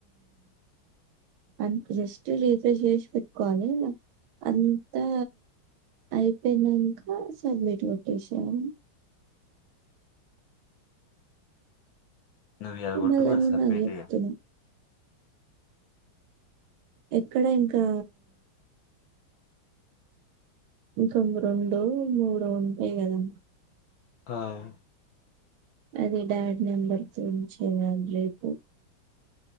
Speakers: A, on the right; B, on the left.
A: హుమ్ జస్ట్ రీఫ్రెష్ చేసి పెట్టుకోవాలి అంతా అయిపోయినాక సబ్మిట్ కొట్టేసాము
B: నువ్వు ఇయలా కొట్టు
A: మళ్ళీ
B: మరి
A: నువ్వు
B: సబ్మిట్
A: నాకు చెప్తున్నావు.
B: ఇగా
A: ఎక్కడ ఇంకా ఇంకా రెండు మూడు ఉంటాయ్ గదా
B: ఆవ్
A: అది డాడ్ నెంబర్తోన్ చేయాలి రేపు